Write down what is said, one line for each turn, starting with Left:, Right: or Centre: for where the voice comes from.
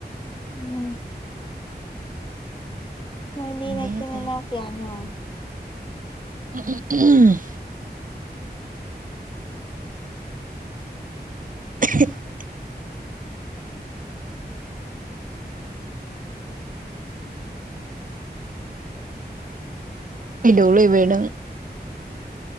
Left: ꯎꯝ ꯅꯣꯏ ꯅꯅꯦ
Right: ꯑꯗꯨꯝ ꯂꯩ
Left: ꯍꯠꯇꯦꯅꯦꯅ
Right: ꯍꯥꯏꯇꯥꯔꯦ
Left: ꯀꯌꯥꯅꯣ
Right: ꯎꯝ <unintelligible> ꯏꯂ ꯎꯕꯅ